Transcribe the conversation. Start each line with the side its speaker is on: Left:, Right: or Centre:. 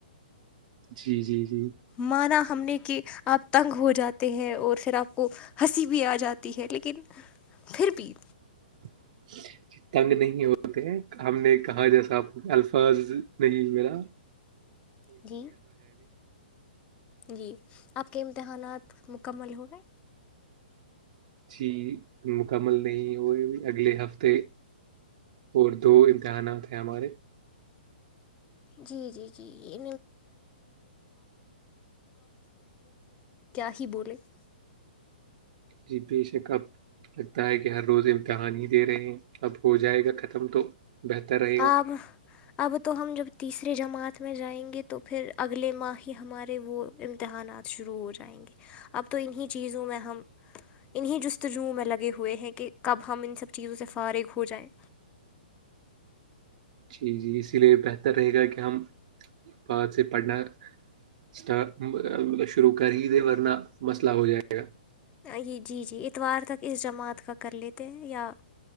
Right: جی جی جی
Left: مانا ہم نے کہ آپ تنگ ہو جاتے ہیں اور پھر آپ کو ہنسی بھی آ جاتی ہے لیکن پھر بھی
Right: <inaudible> تنگ نہیں ہوتے ہم نے کہاں جیسا آپ الفاظ نہیں میرا
Left: جی جی آپ کے امتحانات مکمل ہووں گئے
Right: چیز مکمل نہیں ہوئے اگلے ہفتے اور دو امتحانات ہیں ہمارے
Left: جی جی جی <unintelligible>
Right: جی بیی ای سے کپ <unintelligible> لگتا ہے کہ ہر روز امتحان ہی دے رہے ہیں اب ہو جائے گا ختم تو بہتر رہے گا
Left: اب اب تو ہم جب تیسریے جماعت میں جائیں گے تو پھر اگلے ماہ ہی ہمارے وہ امتحانات شروع ہو جائیں گے اب تو انہیں چیزوں میں ہم انہیں جستجو میں لگے ہوئے ہیں کہ کب ہم ان سب چیزوں سے فارغ ہو جائیں
Right: جی جی اسی لیے بہتر رہے گا کہ ہم ب سے پڑنا اسٹ <inaudible> شرو کر ہی دے ورنہ مسئلہ ہو جائے گا
Left: یہ جی جی اتوار تک اس جماعت کا کر لیتے ہیں یا